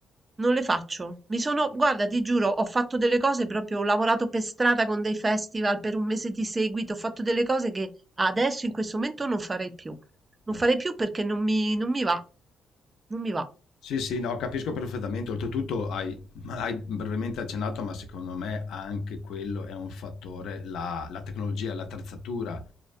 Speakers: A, on the right; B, on the left.
A: non le faccio. Mi sono, guarda, ti giuro, ho fatto delle cose proprio, ho lavorato per strada con dei festival per un mese di seguito, ho fatto delle cose che adesso in questo momento non farei più. Non
B: eh
A: farei
B: sì.
A: più perché non mi, non mi va. Non mi va.
B: Sì, sì, no, capisco perfettamente. Oltretutto hai, Ma hai brevemente accennato, ma secondo me anche quello è un fattore, la la tecnologia, l'attrezzatura